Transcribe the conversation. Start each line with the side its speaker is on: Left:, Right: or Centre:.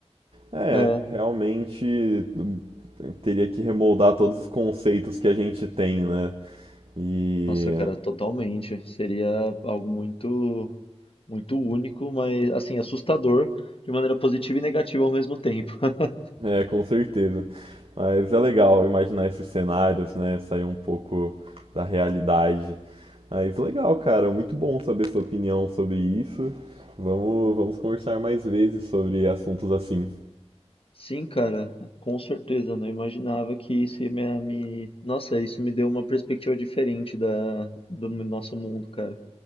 Right: É,
Left: É.
Right: realmente hum, teria que remoldar todos os conceitos que a gente tem, né? E
Left: Nossa, cara, totalmente. Seria algo muito muito único, mas assim, assustador de maneira positiva e negativa ao mesmo tempo. <laughs>
Right: é, com certeza. Mas é legal imaginar esses cenários, né? Sair um pouco da realidade. Mas legal, cara, muito bom saber sua opinião sobre isso. Vamos, vamos conversar mais vezes sobre assuntos assim.
Left: Sim, cara, com certeza. Eu não imaginava que isso ia me, me- Nossa, isso me deu uma perspectiva diferente da, do nosso mundo, cara.